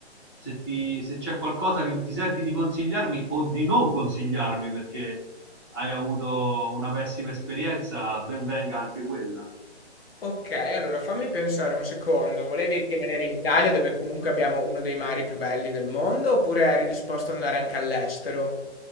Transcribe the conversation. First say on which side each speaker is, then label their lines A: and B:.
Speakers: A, on the left; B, on the left.
A: Se ti- se c'è qualcosa che ti senti di consigliarmi o di non consigliarmi perché hai avuto una pessima esperienza, ben venga anche quella.
B: Ok, allora fammi pensare un secondo. Volevi rimanere in Italia, dove comunque abbiamo uno dei mari più belli del mondo, oppure eri disposto ad andare anche all'estero?